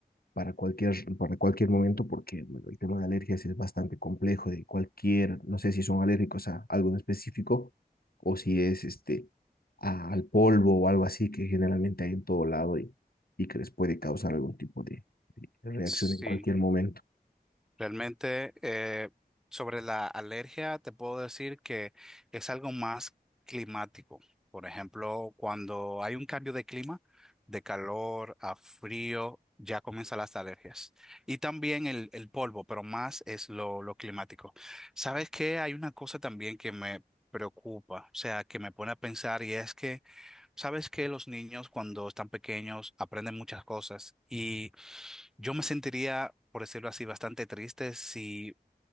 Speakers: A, on the left; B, in the centre.
A: para cualquier, para cualquier momento, porque bueno, el tema de alergias es bastante complejo, de cualquier, no sé si son alérgicos a algo en específico o si es este, a- al polvo o algo así que generalmente hay en todo lado y, y que les puede causar algún tipo de, de reacción
B: Sí.
A: en cualquier momento.
B: Realmente, eh, sobre la alergia, te puedo decir que es algo más climático. Por ejemplo, cuando hay un cambio de clima, de calor a frío, ya comienzan las alergias. Y también el, el polvo, pero más es lo, lo climático. ¿Sabes qué? Hay una cosa también que me preocupa, o sea, que me pone a pensar y es que Sabes que los niños cuando están pequeños aprenden muchas cosas y yo me sentiría, por decirlo así, bastante triste si,